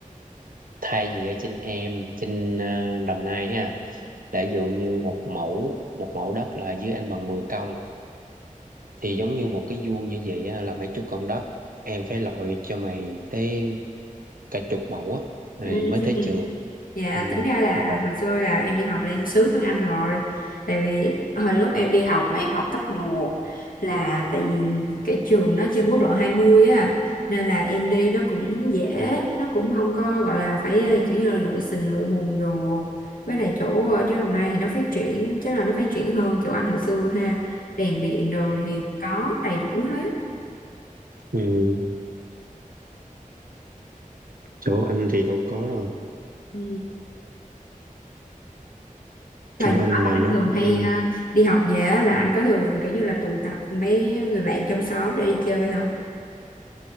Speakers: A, on the right; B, on the left.
A: thay vì ở trên em trên uh, Đồng Nai ha là ví dụ như một mẫu một mẫu đất là dưới anh bằng mười công thì giống như một cái vuông như vậy á, là mấy chục công đất em phải lội cho mày tới cả chục mẫu á rồi
B: ừ. <laughs>
A: mới tới trường
B: Dạ
A: ừ,
B: tính ra là
A: mà lội
B: hồi xưa là em đi học là em sướng hơn anh rồi Tại vì hồi lúc em đi học mà em học cấp một Là tại vì cái trường nó trên quốc lộ 20 á Nên là em đi nó cũng dễ Nó cũng không có gọi là phải ờ, kiểu như là lội sình lội bùn đồ Với lại chỗ ở chỗ Đồng Nai thì nó phát triển chứ là nó phát triển hơn chỗ anh hồi xưa ha Đèn điện đồ thì có đầy đủ hết
A: Ừ, chỗ anh thì đâu có đâu.
B: Ừ. Thời
A: Chỗ
B: nhỏ
A: anh
B: là
A: là
B: anh
A: nó
B: thường
A: phải
B: hay ờ, đi học về á, là anh có thường kiểu như là tụ tập mấy người bạn trong xóm để đi chơi không?